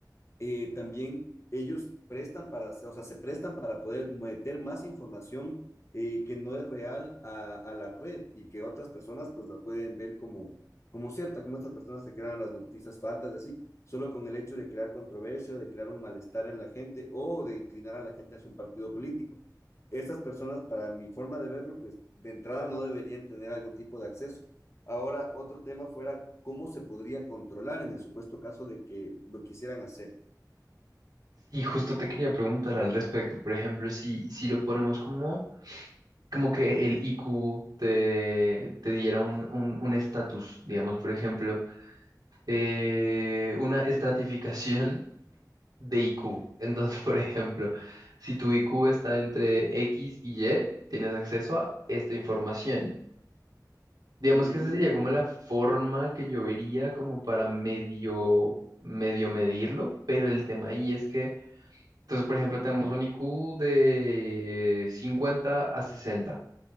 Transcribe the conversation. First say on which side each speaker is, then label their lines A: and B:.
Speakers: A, on the left; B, on the right.
A: eh, también ellos prestan para, o sea, se prestan para poder meter más información eh, que no es real a, a, la red y que otras personas pues la pueden ver como, como cierta, como estas personas que crean las noticias falsas así, solo con el hecho de crear controversia o de crear un malestar en la gente o de inclinar a la gente hacia un partido político. Estas personas, para mi forma de verlo, pues de entrada no deberían tener algún tipo de acceso. Ahora, otro tema fuera cómo se podría controlar en el supuesto caso de que lo quisieran hacer.
B: Y justo te quería preguntar al respecto, por ejemplo, si, si lo ponemos como, como que el IQ te, te diera un un- un estatus, digamos, por ejemplo eh, una estratificación de IQ. <laughs> Entonces, por ejemplo, si tu IQ está entre X y Y, tienes acceso a esta información. Digamos
A: Mm,
B: que esa sería como la forma que yo vería como para medio, medio medirlo, pero el tema ahí es que, entonces, por ejemplo, tenemos un IQ de 50 a sesenta